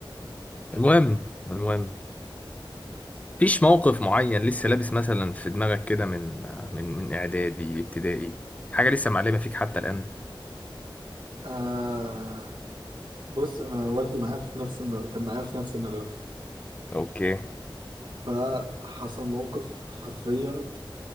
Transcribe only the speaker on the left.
المهم المهم فيش موقف معين لسه لابس مثلا في دماغك كده من من من اعدادي ابتدائي حاجه لسه معلمه فيك حتى الان
اوكي